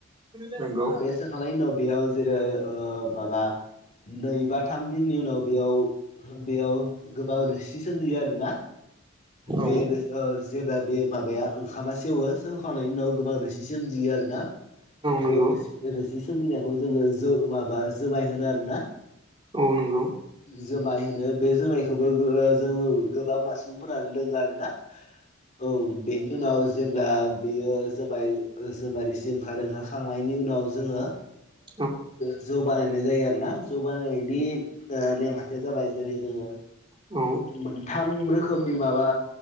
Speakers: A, on the right; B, on the left.
A: औ नंगौ
B: बे सोखांनायनि उनाव बेयाव जेरै माबा नै बा थाम दिननि उनाव बेयाव बेयाव गोबां रोसि सोमजियो आरोना।
A: औ
B: बे जेब्ला बे माबाया ओंखामा सेवो <unintelligible> नायनि उनाव गोबां रोसि सोमजियो आरो ना।
A: नंगौ
B: बे रो रोसि सोमजिनायखौ जोङो माबा जुमाय होनो आरोना।
A: नोंगौ।
B: जुमाय होनो बे जोमायखौबो जोङो गोबां मा सुबुंफोरानो लोङो आरोना। औ बेनि उनाव जेब्ला बेयो जुमाय जुमायसे ओंखारो ओंखारखांनायनि उनाव जोङो।
A: औ
B: जौ बानायनाय जायो आरोोना जौ बानायनायनि नेमखान्थिया जाबाय जेरै जोङो
A: औ
B: मोनथाम रोखोमनि माबा